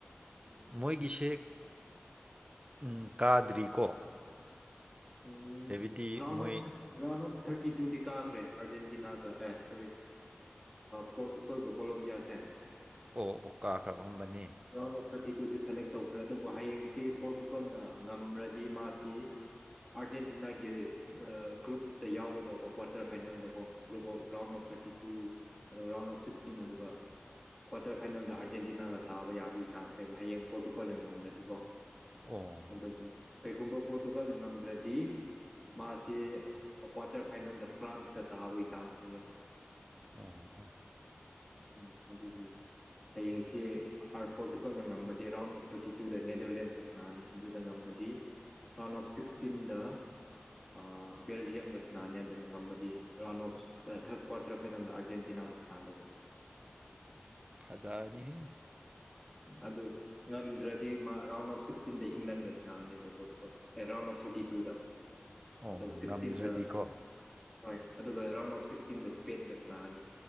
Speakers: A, in the centre; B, on the right (about 25°).
A: ꯎꯝ
B: ꯃꯣꯏꯒꯤꯁꯦ ꯎꯝ ꯀꯥꯗ꯭ꯔꯤꯀꯣ
A: ꯎꯝ
B: ꯍꯥꯏꯕꯗꯤ
A: ꯔꯥꯎꯟ
B: ꯃꯣꯏ
A: ꯑꯣꯐ ꯔꯥꯎꯟ ꯑꯣꯐ ꯊꯥꯔꯇꯤ ꯇꯨꯗꯤ ꯀꯥꯈ꯭ꯔꯦ ꯑꯥꯔꯖꯦꯟꯇꯤꯅꯥꯒ ꯑꯦ ꯁꯣꯔꯤ ꯄꯣꯔꯇꯨꯒꯜ ꯒ ꯀꯣꯂꯣꯝꯕꯤꯌꯥꯁꯦ
B: ꯑꯣ ꯑꯣ ꯀꯥꯈ꯭ꯔ ꯐꯕꯅꯦ
A: ꯔꯥꯎꯟ ꯑꯣꯐ ꯊꯥꯔꯇꯤ ꯇꯨꯗ ꯁꯦꯂꯦꯛ ꯇꯧꯈ꯭ꯔꯦ ꯑꯗꯨꯕꯨ ꯍꯌꯦꯡꯁꯤ ꯄꯣꯔꯇꯨꯒꯜꯅ ꯉꯝꯔꯗꯤ ꯃꯥꯁꯤ ꯑꯥꯔꯖꯦꯟꯇꯤꯅꯥꯒꯤ ꯒ꯭ꯔꯨꯞꯇ ꯌꯥꯎꯒꯗꯧꯕ ꯀ꯭ꯋꯥꯇꯔ ꯐꯥꯏꯅꯦꯜꯗꯀꯣ group of round of thirty two ꯑꯗꯨꯒ ꯔꯥꯎꯟ ꯑꯣꯐ ꯁꯤꯛꯁꯇꯤꯟ ꯑꯗꯨꯒ ꯀ꯭ꯋꯥꯇꯔ ꯐꯥꯏꯅꯦꯜꯗ ꯑꯥꯔꯖꯦꯟꯇꯤꯅꯥꯒ ꯇꯥꯕ ꯌꯥꯕꯒꯤ ꯆꯥꯟꯁ ꯂꯩꯕ ꯍꯌꯦꯡ ꯄꯣꯔꯇꯨꯒꯥꯜꯅ ꯉꯝꯔꯗꯤꯀꯣ
B: ꯑꯣ
A: ꯑꯗꯨꯝ ꯀꯩꯒꯨꯝꯕ ꯄꯣꯔꯇꯨꯒꯜꯅ ꯉꯝꯗ꯭ꯔꯗꯤ ꯃꯥꯁꯤ ꯀ꯭ꯋꯥꯇꯔ ꯐꯥꯏꯅꯦꯜꯗ ꯐ꯭ꯔꯥꯟꯁꯀ ꯇꯥꯕꯒꯤ ꯆꯥꯟꯁ ꯂꯩꯌꯦꯕ
B: ꯑꯣ ꯑꯣ
A: ꯎꯝ ꯑꯗꯨꯒꯤ ꯍꯌꯦꯡꯁꯦ ꯄꯣꯔꯇꯨꯒꯜꯅ ꯉꯝꯃꯗꯤ ꯔꯥꯎꯟ ꯑꯣꯐ ꯊꯥꯔꯇꯤ ꯇꯨꯗ ꯅꯦꯗꯔꯂꯦꯟꯁꯀ ꯁꯅꯥꯒꯅꯤ ꯑꯗꯨꯗ ꯉꯝꯃꯗꯤ ꯔꯥꯎꯟ ꯑꯣꯐ ꯁꯤꯛꯁꯇꯤꯟꯗ ꯑꯥ ꯕꯦꯜꯖꯤꯌꯝꯒ ꯁꯅꯥꯅꯤ ꯑꯗꯨꯒ ꯉꯝꯃꯗꯤ ꯔꯥꯎꯟ ꯑꯣꯐ ꯊꯔꯗ ꯀ꯭ꯋꯥꯔꯇꯔ ꯐꯥꯏꯅꯦꯜꯗ ꯑꯔꯖꯦꯟꯇꯤꯅꯥꯒ ꯁꯥꯟꯗꯧꯕ
B: ꯐꯖꯥꯅꯤꯍꯦ
A: ꯑꯗꯨ ꯉꯝꯗ꯭ꯔꯗꯤ ꯃꯥ ꯔꯥꯎꯟ ꯑꯣꯐ ꯁꯤꯛꯁꯇꯤꯟꯗ ꯏꯪꯂꯟꯒ ꯁꯥꯟꯒꯅꯦꯕ ꯄꯣꯔꯇꯨꯒꯜ ꯑꯦ ꯔꯥꯎꯟ ꯑꯣꯐ ꯊꯥꯔꯇꯤ ꯇꯨꯗ
B: ꯑꯣ
A: ꯑꯗꯨꯒ ꯁꯤꯛꯁꯇꯤꯟꯗ
B: ꯉꯝꯗ꯭ꯔꯗꯤꯀꯣ
A: ꯍꯣꯏ ꯑꯗꯨꯒ ꯔꯥꯎꯟ ꯑꯣꯐ ꯁꯤꯛꯁꯇꯤꯟꯗ ꯏꯁꯄꯦꯟꯒ ꯁꯅꯒꯅꯤ